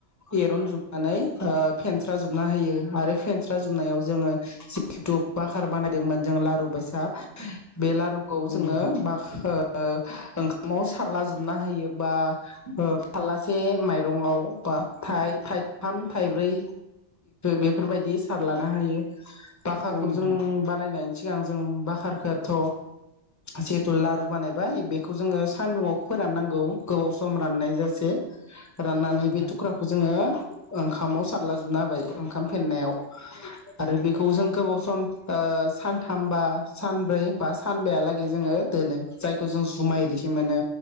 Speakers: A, on the left; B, on the left.
A: एरनजोबनानै ओ फेनस्रा जोबना होयो आरो फेनस्रा जोबनायाव जोङो जिखेथु फाखार बानायदोंमोन जों लारु बायसा बे लारुखौ
B: औ
A: जोङो
B: नोंथां
A: बाखोर ओंखामाव सारला जोबना होयो बा ओ फाल्ला से माइ रंआव बा थाइ थाइथाम थाइब्रै बेफोरबायदि सारलाना होयो। बखारखौ
B: औ नोंथां
A: जों बानायनानै सिगां जों बकारखौथ' जिहेथु लारु बानायबाय बेखौ जोङो सानदुंआव फोराननांगौ गोबाव सम राननाय जासे राननानै
B: औ नोंथां
A: बे थुख्राखौ जोङो ओंखामाव सारलाजोबनो होबाय ओंखाम फेनायाव आरो बेखौ जों गोबाव सम ओ सानथाम बा सानब्रै बा सानबायालागै जोङो दोनो जायखौ जों जुमाय रिसि मोनो